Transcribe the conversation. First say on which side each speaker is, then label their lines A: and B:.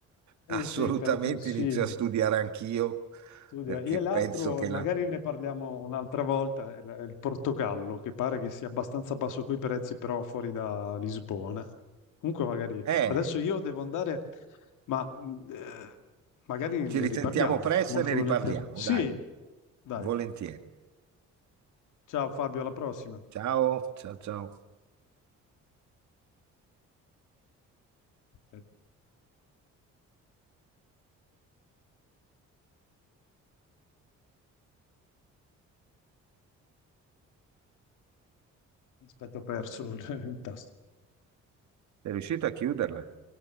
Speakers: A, on the left; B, on the right.
A: Sì,
B: assolutamente
A: sì, te lo consiglio.
B: inizio a studiare anch'io
A: Studia.
B: perché
A: E l'altro,
B: penso che
A: magari
B: la...
A: ne parliamo un'altra volta, è il è il Portogallo, che pare che sia abbastanza basso coi prezzi, però fuori da Lisbona. Comunque magari
B: Eh,
A: adesso io devo andare, ma mh, eh, magari
B: ci
A: ne
B: risentiamo
A: riparliamo
B: presto
A: molto
B: e ne riparliamo,
A: volentieri. Sì,
B: dai,
A: dai.
B: volentieri.
A: Ciao Fabio, alla prossima.
B: Ciao, ciao, ciao.
A: Aspetta, aspetta, ho perso il, il tasto.
B: Sei riuscito a chiuderla?